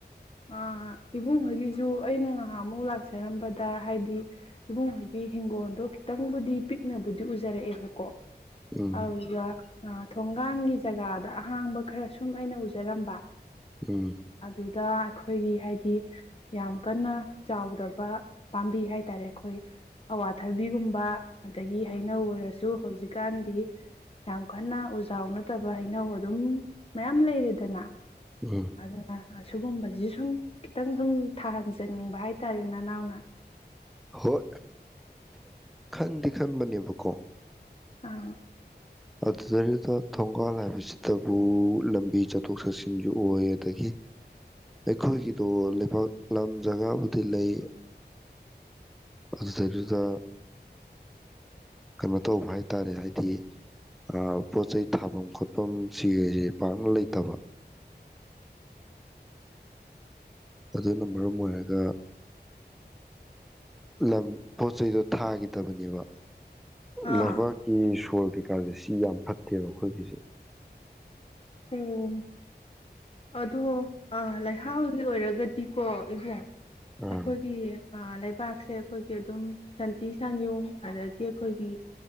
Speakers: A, on the left; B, in the centre.
A: ꯑ ꯏꯕꯨꯡꯉꯣꯏꯒꯤꯁꯨ ꯑꯩꯅ ꯉꯥꯏꯍꯥꯛ ꯑꯃꯨꯛ ꯂꯥꯛꯆꯔꯝꯕꯗ ꯍꯥꯏꯗꯤ ꯏꯕꯨꯡꯉꯣꯏꯒꯤ ꯍꯤꯡꯒꯣꯜꯗꯣ ꯈꯤꯇꯪꯕꯨꯗꯤ ꯄꯤꯛꯅꯕꯨꯗꯤ ꯎꯖꯔꯛꯑꯦꯕꯀꯣ
B: ꯎꯝ
A: ꯍꯥꯎꯕ ꯑ ꯊꯣꯡꯒꯥꯡꯒꯤ ꯖꯒꯥꯗ ꯑꯍꯥꯡꯕ ꯈꯔ ꯁꯨꯝ ꯑꯩꯅ ꯎꯖꯔꯝꯕ
B: ꯎꯝ
A: ꯑꯗꯨꯗ ꯑꯩꯈꯣꯏꯒꯤ ꯍꯥꯏꯗꯤ ꯌꯥꯝ ꯀꯟꯅ ꯆꯥꯎꯗꯕ ꯄꯥꯝꯕꯤ ꯍꯥꯏꯇꯥꯔꯦ ꯑꯩꯈꯣꯏ ꯑꯋꯥꯊꯕꯤꯒꯨꯝꯕ ꯑꯗꯒꯤ ꯍꯩꯅꯧ ꯑꯣꯏꯔꯁꯨ ꯍꯧꯖꯤꯛꯀꯥꯟꯗꯤ ꯌꯥꯝ ꯀꯟꯅ ꯎꯖꯥꯎ ꯅꯠꯇꯕ ꯍꯩꯅꯧ ꯑꯗꯨꯝ ꯃꯌꯥꯝ ꯂꯩꯔꯦꯗꯅ
B: ꯎꯝ
A: ꯑꯗ ꯁꯤꯒꯨꯝꯕꯁꯤ ꯁꯨꯝ ꯈꯤꯇꯪ ꯁꯨꯝ ꯊꯥꯍꯟꯖꯅꯤꯡꯕ ꯍꯥꯏꯇꯥꯔꯦ ꯅꯅꯥꯎꯅ
B: ꯍꯣꯏ ꯈꯟꯗꯤ ꯈꯟꯕꯅꯦꯕꯀꯣ
A: ꯑꯥ
B: ꯑꯗꯨꯗꯩꯗ ꯊꯣꯡꯒꯥꯜ ꯍꯥꯏꯕꯁꯤꯗꯕꯨ ꯂꯝꯕꯤ ꯆꯠꯊꯣꯛ ꯆꯠꯁꯤꯟꯁꯨ ꯑꯣꯏ ꯑꯗꯒꯤ ꯑꯩꯈꯣꯏꯒꯤꯗꯣꯕꯥꯛ ꯂꯝ ꯖꯒꯥꯕꯨꯗꯤ ꯂꯩ ꯑꯗꯨꯗꯔꯤꯗ ꯀꯩꯅꯣ ꯇꯧꯕ ꯍꯥꯏꯇꯥꯔꯦ ꯍꯥꯏꯗꯤ ꯑ ꯄꯣꯖ ꯆꯩ ꯊꯥꯕ ꯪꯁꯗ ꯐꯝ ꯁꯤꯈꯁꯦ ꯄꯥꯛꯅ ꯂꯩꯇꯕ ꯑꯗꯨꯅ ꯃꯔꯝ ꯑꯣꯏꯔꯒ ꯂꯝ ꯄꯣꯠ ꯆꯩꯗꯣ ꯊꯥꯒꯤꯗꯕꯅꯦꯕ
A: ꯑꯥ
B: ꯂꯕꯥꯛꯀꯤ ꯁꯣꯔ ꯑꯐ꯭ꯔꯤꯀꯥꯁꯦ ꯁꯤ ꯌꯥꯝ ꯐꯠꯇꯦꯕ ꯑꯩꯈꯣꯏꯒꯤꯁꯦ
A: ꯑꯣ ꯑꯗꯣ ꯑ ꯂꯩꯍꯥꯎꯒꯤ ꯑꯣꯏꯔꯒꯗꯤꯀꯣ ꯏꯕꯨꯡ
B: ꯑꯥ
A: ꯑꯩꯈꯣꯏꯒꯤ ꯄꯥꯛꯁꯦ ꯑꯩꯈꯣꯏꯒꯤ ꯑꯗꯨꯝ ꯁꯟꯊꯤ ꯁꯟꯌꯨꯡ ꯑꯗꯒꯤ ꯑꯩꯈꯣꯏꯒꯤ